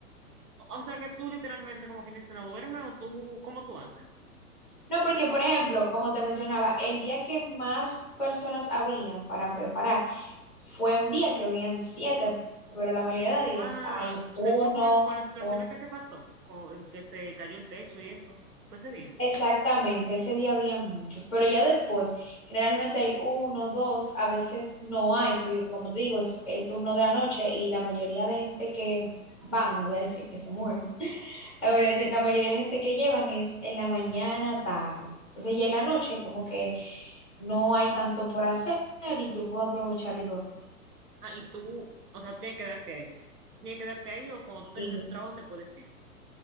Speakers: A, on the right; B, in the centre.
A: O o sea, que tú literalmente como quien dice no duermes o tú, ¿cómo tú haces?
B: No, porque, por ejemplo, como te mencionaba, el día que más personas habían para preparar fue un día que habían siete, pero la mayoría de días
A: Ah,
B: hay
A: seguro
B: uno,
A: con, el- con la situación
B: dos,
A: esta que pasó, con, que se cayó el techo y eso. Fue ese día.
B: Exactamente, ese día había muchos, pero ya después, generalmente hay uno, dos, a veces no hay, porque como te digo, es el turno de la noche y la mayoría de gente que van, no voy a decir que se mueren, la mayoría, la mayoría de gente que llevan es en la mañana, tarde. Entonces ya en la noche como que no hay tanto por hacer y yo puedo aprovechar y dormir.
A: Ah, y tú, o sea, tienes que quedarte ahí. Tienes que quedarte ahí o cuando tú termines
B: Y
A: tu trabajo te puedes ir.